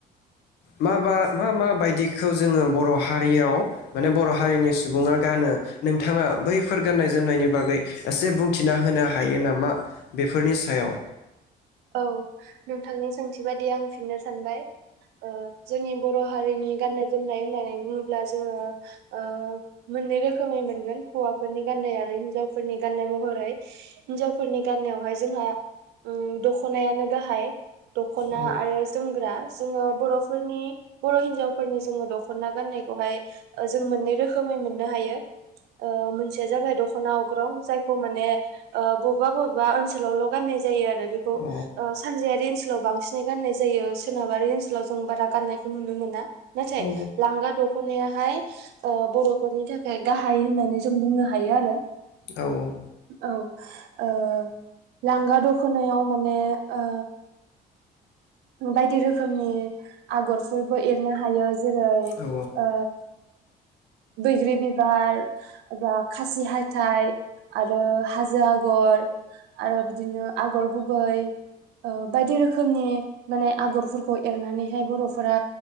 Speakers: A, on the left; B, on the right.
A: माबा मा मा बायदि खौ जोङो बर' हारियाव माने बर' हारिनि सुबुङा गानो नोंथाङा बैफोर गान्नाय जोमनायनि बागै एसे बुंथिना होनो हायो नामा बेफोरनि सायाव?
B: औ नोंथांनि सोंथि बादि आं फिननो सानबाय। ओ जोंनि बर' हारिनि गान्नाय जोमनाय होननानै बुङोब्ला जोङो ओ मोननै रोखोमै मोनगोन हौवाफोरनि गान्नाय आरो हिनजावफोरनि गाननाय महरै। हिनजावफोरनि गाननायावहाय जोंहा उम दख' ख'नायानो गाहाइ। दख'ना
A: औ
B: आरो जोमग्रा जोङो बर'फोरनि बर' हिन्जावफोरनि जोङो दख'ना गाननायखौहाय ओ जों मोननै रोखोमै मोननो हायो। ओ मोनसेया जाबाय दख'ना अग्रं जायखौ माने ओ बबेबा बबेबा ओनसोलावल' गाननाय जायो आरो बे ओ
A: औ
B: सानजायार बे ओनसोलाव बांसिनै गाननाय जायो। सोनाबारि ओनसोलाव जों बारा गाननायखौ नुनो मोना। नाथाय
A: औ
B: लांगा दख' दख'नायाहाय अ बर'फोरनि थाखाय गाहाय होननानै जों बुंनो हायो आरो।
A: औ औ।
B: औ ओ लांगा दखनायाव माने ओ बायदि रोखोमनि आगरफोरबो एरनो हायो। जेरै
A: औ
B: ओ बैग्रि बिबार बा खासि हाथाय आरो हाजो आगर आरो बिदिनो आगर गुबै ओ बायदि रोखोमनि माने आगरफोरखौ एरनानैहाय बर'फोरा